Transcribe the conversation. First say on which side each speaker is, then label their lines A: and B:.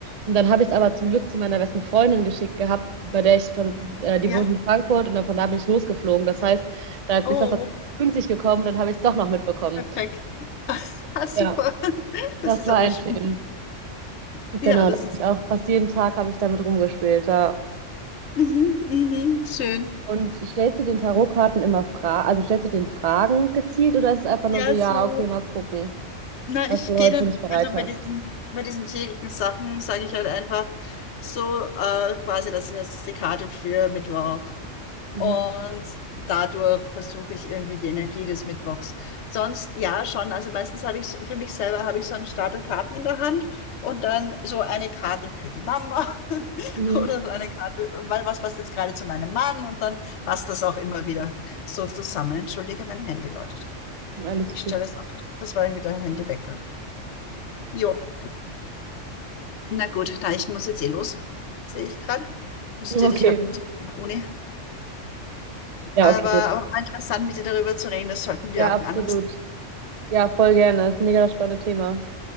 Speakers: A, on the right (about 45°); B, on the left (about 65°).
A: Und dann habe ich es aber zum Glück zu meiner besten Freundin geschickt gehabt, bei der ich von, äh, die
B: ja.
A: wohnt in Frankfurt und dann von da bin ich losgeflogen. Das heißt, da ist
B: Oh,
A: das dann pünktlich gekommen und dann habe ich es doch noch mitbekommen.
B: perfekt. <laughs> Ah, super.
A: Ja.
B: Das
A: Das
B: ist
A: war
B: aber
A: ein
B: schön.
A: Film. Genau,
B: Ja, das
A: da hab
B: ist.
A: ich auch fast jeden Tag habe ich damit rumgespielt. Ja.
B: Mhm, mhm, schön.
A: Und stellst du den Tarotkarten immer Fragen, also stellst du den Fragen gezielt oder ist es einfach
B: Ja,
A: nur so, ja,
B: so.
A: okay, mal gucken,
B: Na,
A: was
B: ich
A: du
B: gehe
A: heute
B: dann,
A: für mich bereit
B: also bei
A: hast?
B: diesen, bei diesen täglichen Sachen sage ich halt einfach so, äh, quasi, das ist jetzt die Karte für Mittwoch.
A: Mhm.
B: Und dadurch versuche ich irgendwie die Energie des Mittwochs. Sonst ja schon. Also meistens habe ich so- für mich selber habe ich so einen Stapel Karten in der Hand und dann so eine Karte für die Mama <laughs>
A: Mhm.
B: oder so eine Karte, weil was passt jetzt gerade zu meinem Mann und dann passt das auch immer wieder so zusammen. Entschuldige, mein Handy läutet.
A: Alles
B: Ich
A: gut.
B: stelle es ab. Das war irgendwie der Handywecker. Jo, na gut, na, ich muss jetzt eh los. Sehe ich gerade. Da steht,
A: Okay.
B: ich habe einen Termin an der Uni.
A: Ja,
B: Aber,
A: okay, gut.
B: aber war interessant, mit dir darüber zu reden. Das sollten
A: Ja,
B: wir auch
A: absolut.
B: ein anderes
A: Ja, voll gerne. Das ist ein mega spannendes Thema.